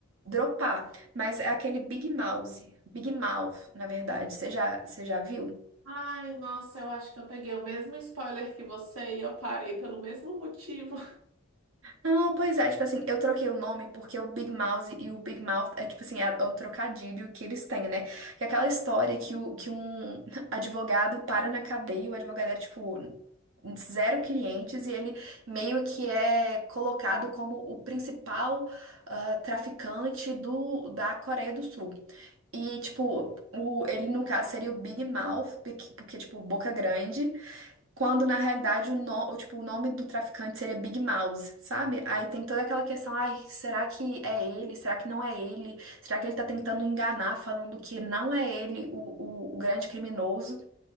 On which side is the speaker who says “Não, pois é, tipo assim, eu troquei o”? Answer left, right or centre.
Right